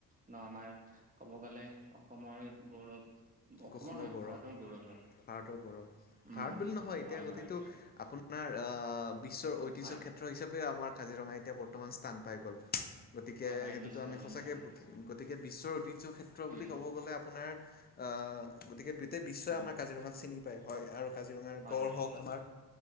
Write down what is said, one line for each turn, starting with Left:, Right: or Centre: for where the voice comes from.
Right: ন' আমাৰ ক'ব গ'লে অসমৰ গৌৰৱ।
Left: অসমৰ
Right: নহয়
Left: গৌৰৱ,
Right: ভাৰতৰ হয়।
Left: ভাৰতৰ গৌৰৱ,
Right: উম,
Left: ভাৰত বুলি নহয়
Right: হয়,
Left: এতিয়া গোটেইটো
Right: হয়,
Left: আপোন- আপোনাৰ আ' বিশ্বৰ ঐতিহ্য
Right: হয়,
Left: ক্ষেত্ৰ হিচাপেও আমাৰ কাজিৰঙা এতিয়া বৰ্তমান স্থান পাই গ'ল। গতিকে
Right: হয়, হয়,
Left: সেইটোতো
Right: নিশ্চয়,
Left: আমি
Right: নিশ্চয়,
Left: সঁচাকে বু- গতিকে বিশ্বৰ ঐতিহ্য ক্ষেত্ৰ
Right: উম,
Left: বুলি ক'ব গ'লে আপোনাৰ আঁহ', গতিকে- গোটেই বিশ্বই
Right: হয়,
Left: আমাৰ কাজিৰঙাক চিনি পায়। হয়, আৰু কাজিৰঙাৰ
Right: হয়,
Left: গড়
Right: হয়,
Left: হওঁক আমাৰ-